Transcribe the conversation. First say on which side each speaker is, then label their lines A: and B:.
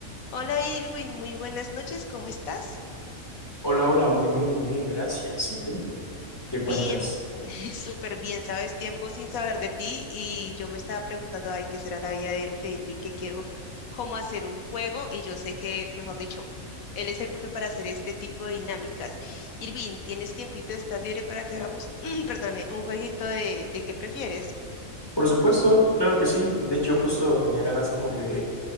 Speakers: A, on the left (about 75°); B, on the left (about 15°).
A: Hola Irwin, muy buenas noches, ¿cómo estás?
B: Hola, hola, muy bien, muy bien, gracias. ¿Y tú? ¿Qué
A: Bien,
B: cuentas?
A: <laughs> súper bien, sabes, tiempo sin saber de ti y yo me estaba preguntando, ay, ¿qué será la vida de, de Irwin? Que quiero cómo hacer un juego y yo sé que, mejor dicho, él es el propio para hacer este tipo de dinámicas. Irwin, ¿tienes tiempito? ¿Estás libre para que hagamos, <clears throat> perdóname, un jueguito de, de qué prefieres?
B: Por supuesto, claro que sí. De hecho, justo tenía ganas como que de,